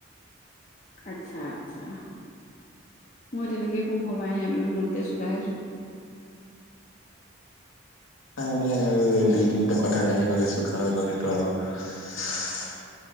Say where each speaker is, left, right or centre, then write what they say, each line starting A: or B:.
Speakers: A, on the left; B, on the left.
A: আচ্ছা, আচ্ছা। মই তেনেকে একো ভৱাই নাই। তুমি মোতকে চোকাহেচোন?
B: আ, এইবিলাক আৰু দুই -তিনিটা কথা জানি গ'লে, চোকা হৈ গ'লেটো আৰু। <unintelligible>